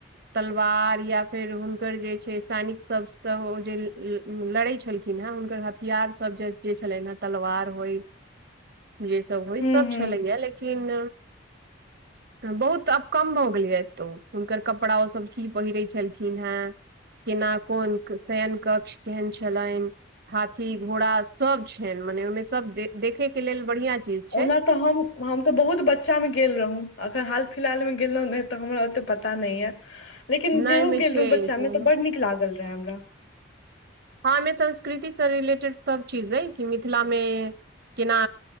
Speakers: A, on the right (about 60°); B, on the left (about 70°).
A: तलवार या फेर हुनकर जे छै से सैनिक सबस ओ जे लड़ेय छलखिन हहै हुनकर हथियार सब जे जे छलै है तलवार होइ जे सब होइ
B: हूं
A: सब
B: हूं
A: छलैया लेकिन बहुत आब कम भऽ गेलया एतौ हुनकर कपड़ा ओ सब की पहिरे छलखि खीन हैं। केना कोन शयन कक्ष केहन छलनि। हाथी घोड़ा सब छैन मने ओहिमे सब देखे के लेल बढ़िया चीज छै
B: ओना तऽ हम हम तऽ बहुत बच्चा में गेल रहौ अखन हाल फिलहाल मे गेल नै ते हमरा ओते पता न या। लेकिन
A: नहि
B: जेहु
A: मे छै
B: गेल रहौ बच्चा
A: हँ
B: में तऽ बड नीक लागल रहे हमरा।
A: हँ एइ मे संस्कृति सँ रिलेटेड सब चीज अइ कि मिथिलामे केना